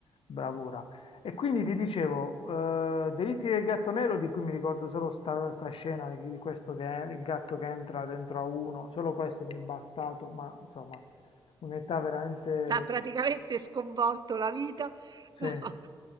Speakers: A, on the left; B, on the right.
A: bravura. E quindi ti dicevo, eh, Delitti del gatto nero, di cui mi ricordo solo sta, sta scena di di questo che è il gatto che entra dentro a uno, solo questo mi è bastato, ma insomma, un'età veramente...
B: l'ha praticamente sconvolto la vita.
A: Sì.
B: <laughs> No.